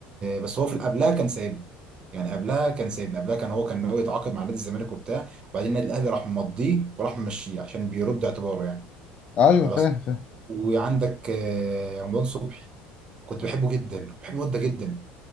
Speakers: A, on the right; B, on the left.
A: بس هو في قبلها كان سايبنا يعني قبلها كان سايبنا قبلها كان هو كان ناوي يتعاقد مع نادي الزمالك وبتاع وبعدين النادي الاهلي راح مضيه وراح ممشيه عشان بيرد اعتباره يعني
B: ايوه
A: خلاص
B: فاهم فاهم
A: وعندك آه، رمضان صبحي كنت بحبه جدا كنت بحب الواد ده جدا